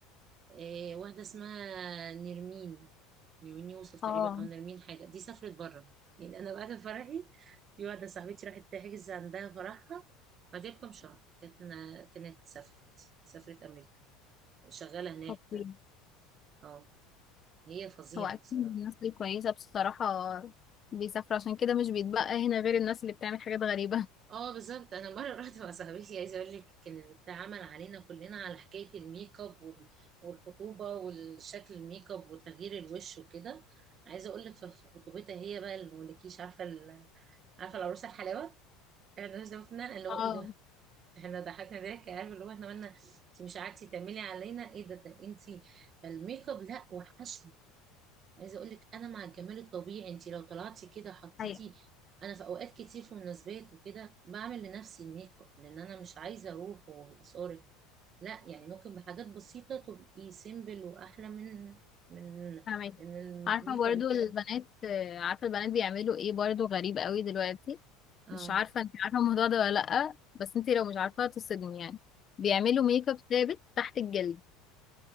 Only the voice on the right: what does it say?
آه، واحده اسمها نرمين نرمين يوسف تقريبا
او نرمين حاجه دي سافرت بره يعني انا بعد فرحي في واحده صاحبتي راحت تحجز عندها فرحها بعدها بكام شهر كانت كانت سافرت سافرت امريكا شغاله هناك
اه هي فظيعه
بصراحه
اه بالظبط انا مره <laughs> رحت مع صاحبتي عايزه اقول لك كان اتعمل علينا كلنا على حكايه الميك اب وال- والخطوبه والشكل الميك اب وتغيير الوش وكده عايزه اقول لك في في خطوبتها هي بقى اللي مولكيش عارفه ال... عارفه العروسه الحلاوه احنا شفنا
اللي هو
ايه ده احنا ضحكنا ضحك عارف اللي هو احنا قلنا انت مش قعدتي تعملي علينا ايه ده, ده انت الميك اب لا وحش عايزه اقول لك انا مع الجمال الطبيعي انت لو طلعتي كده حطيتي
انا في اوقات كتير في مناسبات وكده بعمل لنفسي الميك اب لان انا مش عايزه اروح واصارك لا يعني ممكن بحاجات بسيطه تبقي سيمبل واحلى من من
من الميك
اب التاني
اه